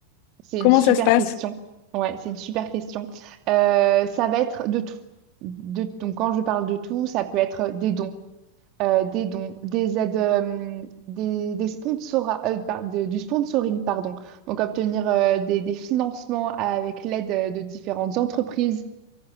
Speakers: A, on the right; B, on the left.
A: C'est
B: Comment
A: une super
B: ça se passe
A: question. Ouais, c'est une super question. Euh, ça va être de tout. De, donc, quand je parle de tout, ça peut être des dons, euh, des dons, des aides, euh, des, des sponsora- euh, par- de- du sponsoring, pardon. Donc, obtenir euh, des, des financements avec l'aide euh, de différentes entreprises